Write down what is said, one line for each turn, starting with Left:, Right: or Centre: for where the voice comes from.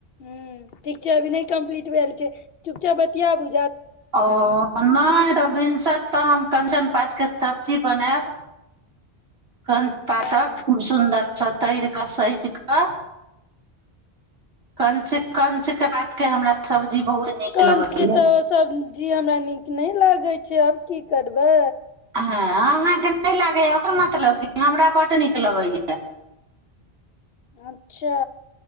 Left: ह ठीक छै अभी नहि कंप्लीट भेलल छै चुपचाप बतियाब
Right: ओ नहि तऽ भिनसर कतय हम कञ्चन पातके सब्जी बनायब क पाातक
Left: हँ
Right: खूब सुन्दर छथि तर क सज कऽ कंच कंच के पात के हमरा सब्जी बहुत नीक
Left: कानचके
Right: लगैया
Left: तऽ सब जी हमरा नीक नहि लागै छै आब की करबै
Right: हँ अहाँकेँ नहि लागैए ओकर मतलब कि हमरा बड्ड नीक लगैए
Left: अच्छा